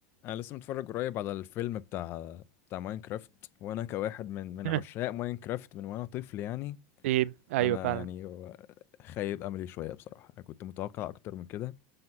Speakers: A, on the left; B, on the right.
A: انا لسه متفرج قريب على الفيلم بتاع بتاع ماينكرافت وانا كواحد من من
B: <laughs>
A: عشاق ماينكرافت من وانا طفل يعني
B: ايه ايوه
A: انا
B: فعلا
A: يعني خايب املي شويه بصراحه انا كنت متوقع اكتر من كده